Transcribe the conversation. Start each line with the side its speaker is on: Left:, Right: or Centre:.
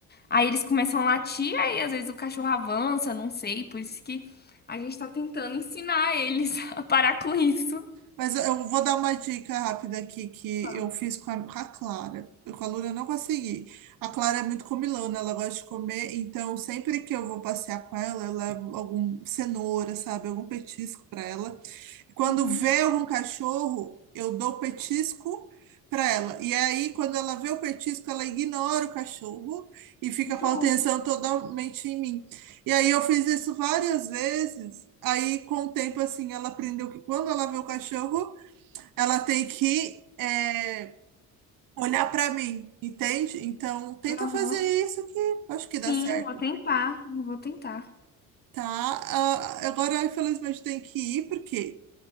Left: Aí eles começam a latir, aí às vezes o cachorro avança, não sei, por isso que a gente tá tentando ensinar eles <laughs> a parar com isso.
Right: Mas eu vou dar uma dica rápida aqui que
Left: Tá.
Right: eu fiz com a, com a Clara. Eu com a Luna eu não consegui. A Clara é muito comilona, ela gosta de comer, então sempre que eu vou passear com ela, eu levo algum cenoura, sabe, algum petisco para ela. Quando
Left: Uhum.
Right: vê um cachorro, eu dou petisco para ela. E é aí, quando ela vê o petisco, ela ignora o cachorro e fica
Left: Justo.
Right: com a atenção totalmente em mim. E aí eu fiz isso várias vezes. Aí, com o tempo, assim, ela aprendeu que quando ela vê o cachorro, ela tem que é, olhar pra mim, entende? Então, tenta
Left: Aham.
Right: fazer isso que eu acho que dá
Left: Sim,
Right: certo,
Left: vou tentar, vou tentar.
Right: tá? Ah, agora, infelizmente, tem que ir, porque